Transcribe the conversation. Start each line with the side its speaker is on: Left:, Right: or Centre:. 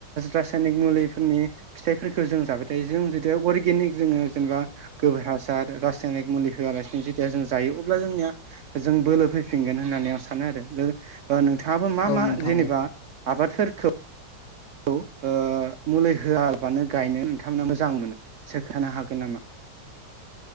Right: रासायनिक मुलिफोरनि फिथाइफोरखौ जों जाबाय थायो जों जेतिया अर्गेनिक जोङो जेनेबा गोबोर हासार रासायनिक मुलि होआलासेनो जेतिया जों जायो अब्ला जोंनिया जों बोलो फैफिनगोन होननानै आं सानो आरो ओ नों हाबो मा
Left: औ
Right: मा
Left: नोंथां
Right: जेनेबा
Left: औ
Right: आबादफोरखौ औ ओ मुलि होआबानो गायनो नोंथांमोना मोजां मोनो सोखानो हागोन नामा?